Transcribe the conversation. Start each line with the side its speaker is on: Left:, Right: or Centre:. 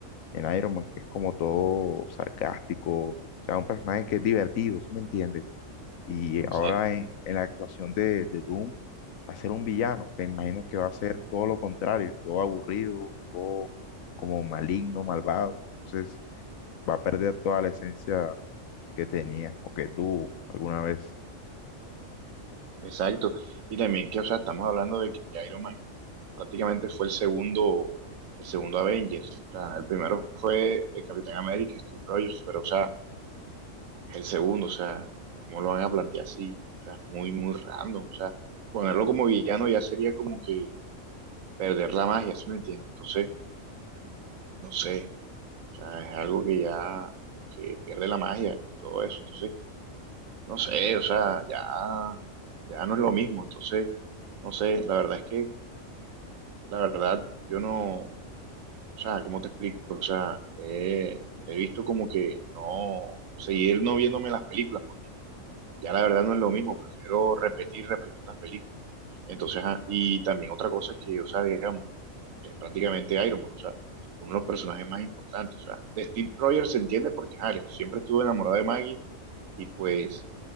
Left: en Iron Man, que es como todo sarcástico, o sea, un personaje que es divertido, ¿sí me entiendes? Y
Right: Exacto,
Left: ahora en, en la actuación de, de Doom, va a ser un villano, que imagino que va a ser todo lo contrario, todo aburrido, todo como maligno, malvado. Entonces va a perder toda la esencia que tenía o que tuvo alguna vez.
Right: exacto. Y también que, o sea, estamos hablando de que Iron Man prácticamente fue el segundo, el segundo Avengers. O sea, el primero fue el Capitán América, Steve Rogers, pero o sea, el segundo, o sea, ¿cómo lo van a plantear así? O sea, es muy, muy random. O sea, ponerlo como villano ya sería como que perder la magia, ¿sí me entiendes? Entonces, no sé, o sea, es algo que ya como que pierde la magia, todo eso. Entonces, no sé, o sea, ya, ya no es lo mismo. Entonces, no sé, la verdad es que, la verdad, yo no, o sea, ¿cómo te explico? O sea, eh, he visto como que no, seguir no viéndome las películas, porque ya la verdad no es lo mismo, prefiero repetir, repetir las películas. Entonces, ajá, y también otra cosa que, o sea, digamos, es prácticamente Iron Man, o sea, uno de los personajes más importantes. O sea, de Steve Rogers se entiende porque, ajá, él siempre estuvo enamorado de Maggie y pues,